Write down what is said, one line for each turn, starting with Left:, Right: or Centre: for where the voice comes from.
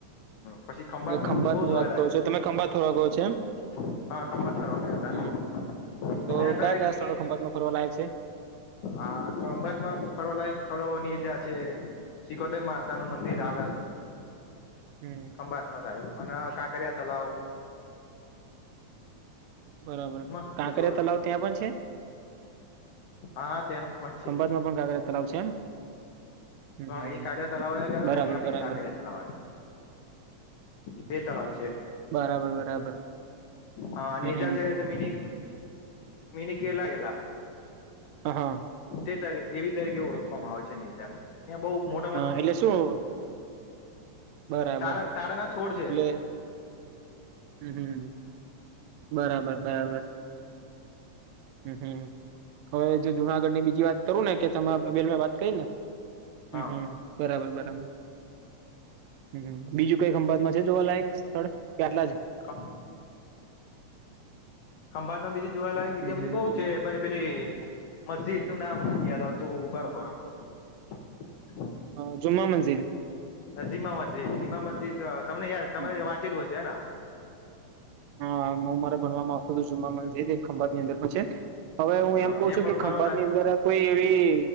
Left: પછી ખંભાતમાં
Right: ખંભાત
Left: બધું બહુ
Right: ની
Left: જોવા
Right: વાત
Left: લાયક
Right: કરો છો તમે ખંભાત ફરવા ગયો છો એમ
Left: હા ખભાત ફરવા ગયા હતા.
Right: હમ.
Left: ત્યાં
Right: તો
Left: આગળ
Right: કયા
Left: એક
Right: કયા
Left: મિની
Right: સ્થળો ખંભાતમાં ફરવા લાયક છે?
Left: હા ખભાતમાં ફરવાલાયક સ્થળોની જા છે. સિકોતેર માતાનું મા <unintelligible>
Right: હમ્મ
Left: ખંભાતમાં થયું અને કાંકરિયા તલાવ
Right: બરાબર.
Left: મસ્ત
Right: કાંકરિયા
Left: જોવા
Right: તલાવ ત્યાં પણ છે.
Left: હા ત્યાં પણ છે
Right: કંબતમાં પણ કાંકરિયા તલાવ છે એમ.
Left: હા
Right: હમ.
Left: એ કાકરીયા તલાવ ગયો
Right: બરાબર
Left: ને અહિયા પણ
Right: બરાબર
Left: કાકિયા તલાવા આવે. બે તળાવ છે.
Right: બરાબર બરાબર
Left: હા
Right: હ
Left: નેજા છે તો મિની મીની કેરલા ગેલા
Right: હ હા.
Left: તે તા એવી તરીકે ઓળખવામાં આવે છે ને જા ત્યાં બહુ મો
Right: હા એટલે શું. બરાબર
Left: તાડ
Right: એટલે
Left: તાડાના છોડ છે
Right: લ હમ્મ હમ્મ બરાબર બરાબર હમ્મ હમ્મ હવે જો જુનાગઢ ને બીજી બીજી વાત કરું ને કે તમાર વાત કરીને હમ્મ
Left: હા
Right: હમ્મ બરાબર બરાબર હમ્મ બીજું કઈક ખંભાત માં છે જોવાલાયક સ્થળ કે આટલા જ
Left: કા ખંભાતમાં બીજી જોવાલાયક જગ્યા
Right: હમ.
Left: બધી બહુ છે પછી પેલી મસ્જિદ નું નામ નથી યાદ આવતું ઉભારો ઉભારો કઉ
Right: હા જુમા મંજિદ
Left: જીમા મસ્જિદ જીમા મસ્જિદ તમને યાર તમે
Right: હમ
Left: વાંચેલું હશે ને હા.
Right: હા મુ મારા ભણવા આવતો હતું જુમ્મા મજીદ એક ખંભાની અંદર પણ છે. હવે હું
Left: હા
Right: એમ
Left: અહીંયા
Right: કઉ છું
Left: પણ
Right: કે
Left: ફરવાલાયક
Right: ખંભાત ની અંદર કોઈ એવી